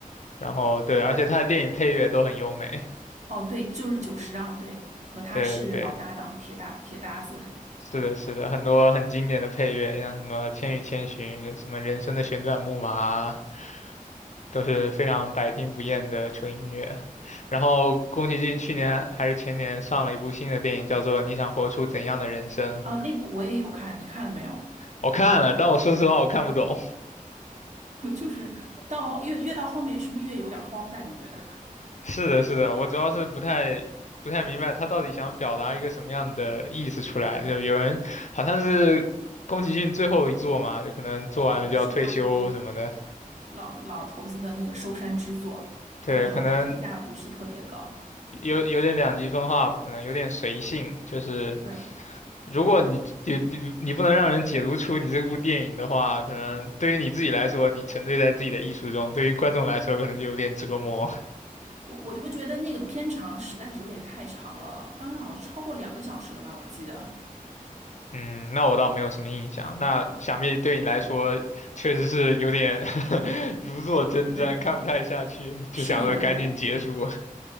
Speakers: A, on the left; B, on the right.
A: 然后对，而且它的电影配乐都很优美。
B: 哦，对，就是久石让，对，和他是老搭档，
A: 对对，
B: 铁搭铁搭子
A: 是的，是的，很多很经典的配乐，像什么《千与千寻》、什么《人生的旋转木马》啊都是非常百听不厌的纯音乐。然后宫崎骏去年还是前年上了一部新的电影，叫做《你想活出怎样的人生》，
B: 啊。那部我也有看，你看了没有？
A: 我看了，但我说实话我看不懂。
B: <laughs> 就是到了后越越到后面，是不是越有点荒诞？你觉得？
A: 是的，是的，我主要是不太不太明白他到底想表达一个什么样的意思出来。就有人好像是宫崎骏最后一作嘛，就可能做完了就要退休什么的。
B: <laughs> 对，是他，对，老老头子的那个收山之作，
A: 对，
B: 但是好像评价不是特别高。
A: 可能有有点两极分化，可能有点随性。就是
B: 对，
A: 如果你你你你不能让人解读出你这部电影的话，可能对于你自己来说，你沉醉在自己的艺术中；对于观众来说，可能就有点折磨。
B: 我我就觉得那个片长实在是有点太长了，当时好像超过两个小时了吧，我记得。
A: 嗯，那我倒没有什么印象。那想必对你来说，确实是有点 <laughs> 如坐针毡，
B: 对，
A: 看不太下去，就想着赶紧结束。
B: 是有一点，